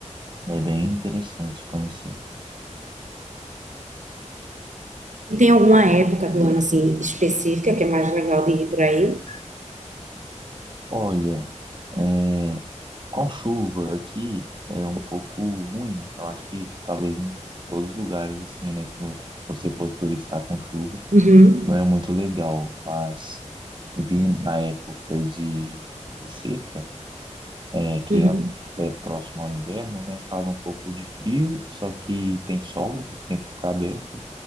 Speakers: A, on the right; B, on the right.
A: é bem interessante conhecer.
B: E tem alguma época do ano assim específica que é mais legal de ir por aí?
A: Olha, é, Com chuva aqui é um pouco ruim. Eu acho que talvez em todos os lugares assim, né, que vo- você for turistar com chuva,
B: Uhum,
A: não é muito legal. Mas vir na época de, de seca, é, que
B: uhum,
A: é, é próximo ao inverno, né, faz um pouco de frio, só que tem sol, o tempo fica aberto